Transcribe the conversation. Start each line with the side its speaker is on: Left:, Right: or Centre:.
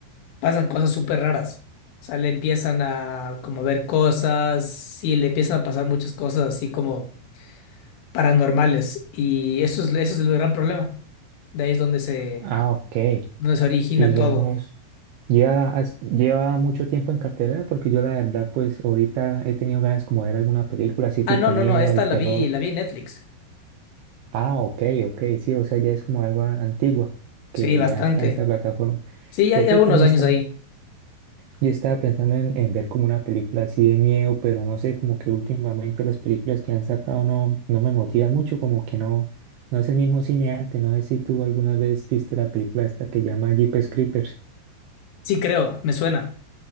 Left: pasan cosas súper raras. O sea, le empiezan a como ver cosas, sí, le empiezan a pasar muchas cosas así como paranormales. Y eso es, eso es el gran problema. De ahí es donde se,
Right: Ah, ok. Y
Left: donde se origina
Right: digamos,
Left: todo.
Right: lleva, has- lleva mucho tiempo en cartelera porque yo la verdad, pues ahorita he tenido ganas como de ver alguna película así tipo
Left: Ah, no, no,
Right: miedo,
Left: no, esta
Right: de terror.
Left: la vi, la vi en Netflix.
Right: Ah, ok, ok, sí, o sea, ya es como algo antiguo
Left: Sí,
Right: que
Left: bastante.
Right: ya está en esta plataforma.
Left: Sí, ya,
Right: De
Left: ya
Right: hecho,
Left: unos
Right: también
Left: años
Right: está.
Left: ahí.
Right: Yo estaba pensando en, en ver como una película así de miedo, pero no sé, como que últimamente las películas que han sacado no, no me motivan mucho, como que no, no es el mismo cine antes. No sé si tú alguna vez viste la película esta que llama Jeepers Creepers.
Left: Sí, creo, me suena.